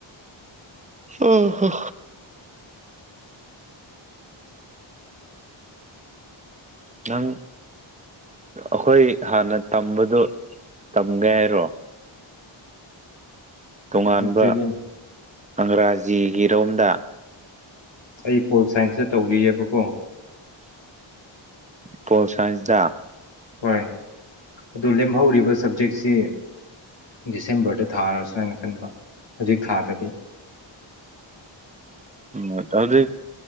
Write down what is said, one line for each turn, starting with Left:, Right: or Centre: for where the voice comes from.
Right: ꯎ ꯍ ꯅꯪ ꯑꯩꯈꯣꯏ ꯍꯥꯟꯅ ꯇꯝꯕꯗꯨꯣ ꯇꯝꯒꯦ ꯍꯥꯏꯔꯣ ꯇꯣꯉꯥꯟꯕ
Left: ꯑꯦꯛꯆꯨꯋꯦꯂꯤ
Right: ꯑꯪꯒ꯭ꯔꯥꯖꯤꯒꯤꯔꯣꯝꯗ
Left: ꯑꯩ ꯄꯣꯜ ꯁꯥꯏꯟꯁꯇ ꯇꯧꯔꯤꯑꯕꯀꯣ
Right: ꯄꯣꯁꯁꯤꯗ
Left: ꯍꯣꯏ ꯑꯗꯨ ꯂꯦꯝꯍꯧꯔꯤꯕ ꯁꯕꯖꯦꯛꯁꯤ ꯗꯤꯁꯦꯝꯕꯔꯗ ꯊꯥꯔꯁ꯭ꯔ ꯍꯥꯏꯅ ꯈꯟꯕ ꯍꯧꯖꯤꯛ ꯊꯥꯗꯕꯤ
Right: <inaudible> ꯎ ꯍꯧꯖꯤꯛ ꯍꯧꯖꯤꯛ